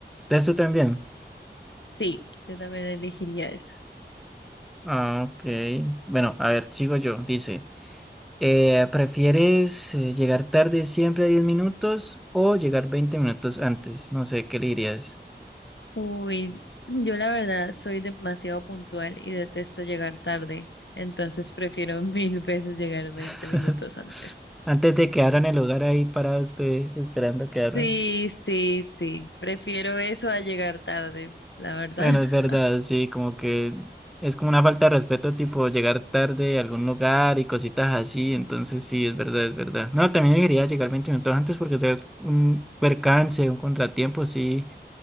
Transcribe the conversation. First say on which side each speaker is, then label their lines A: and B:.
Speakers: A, in the centre; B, on the left (about 80°).
A: ¿Entonces tú también?
B: sí, yo también elegiría eso.
A: Ah, ok. Bueno, a ver, sigo yo. Dice, eh, ¿prefieres eh, llegar tarde siempre a 10 minutos o llegar 20 minutos antes? No sé, ¿qué le dirías?
B: Uy, yo la verdad soy demasiado puntual y detesto llegar tarde, entonces prefiero <laughs> mil veces llegar 20
A: <laughs>
B: minutos antes.
A: Antes de que abran el lugar ahí parado usted esperando que
B: Sí,
A: abran.
B: sí, sí. Prefiero eso a llegar tarde, la verdad.
A: Bueno, es verdad,
B: <laughs>
A: sí, como que es como una falta de respeto, tipo llegar tarde a algún lugar y cositas así, entonces sí, es verdad, es verdad. No, también debería llegar 20 minutos antes porque tener un percance, un contratiempo, sí,